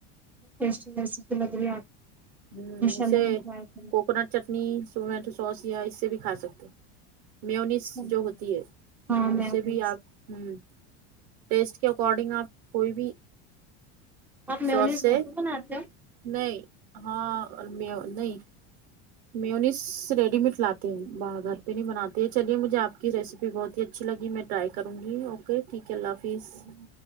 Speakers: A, in the centre; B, on the right (about 55°).
A: ٹیسٹی ریسیپی لگ رہی ہے آپ
B: ہ
A: انشاء
B: اسے
A: اللہ میں ٹرائی کروں
B: کوکونٹ چٹنی ٹماٹو سوس یا اس سے بھی کھا سکتے میونس
A: اچھا،
B: جو ہوتی ہے
A: ہاں
B: وہ
A: میونیز
B: اس سے بھی آپ ہوں ٹیسٹ کے اکارڈنگ آپ کوئی بھی
A: آپ میونیز
B: سوس سے
A: گھر پے بناتے ہو
B: نہیں ہاں ا لمیا نہیں میونیز ریڈی میٹ لاتے ہوں باہر گھر پہ نہیں بناتے چلیے مجھے آپ کی ریسیپی بہت ہی اچھی لگی میں ٹرائی کروں گی اوکے ٹھیک ہے اللہ حافظ
A: ہو